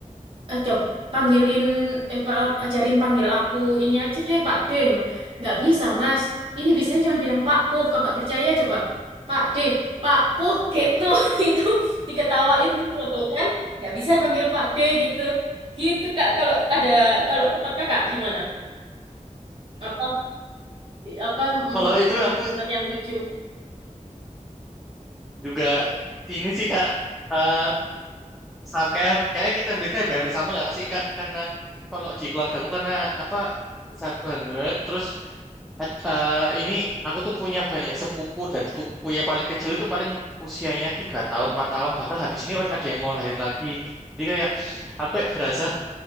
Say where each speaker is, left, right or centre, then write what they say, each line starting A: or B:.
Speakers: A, on the right; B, in the centre.
A: eh coba panggilin eh pa- ajarin panggil aku ini aja deh Pak D no nggak bisa Mas ini bisa cuma bilang Pak Puh kalau nggak percaya coba Pak D Pak Puh gitu <laughs> itu diketawain tuh waktu itu kan nggak bisa panggil Pak D gitu gitu Kak kalau ada kalau tempat Kakak gimana apa apa mm,
B: Kalau
A: pekerjaan
B: itu aku
A: yang lucu
B: juga ini sih Kak eh sam kayak kayak kita hampir kayak hampir sama nggak sih Kak karena kalau di keluarga aku karena apa besar banget terus ad- eh, ini aku tuh punya banyak sepupu dan sepupu yang paling kecil itu paling usianya tiga tahun empat tahun bakal habis ini ada yang mau lahir lagi jadi kayak aku kayak berasa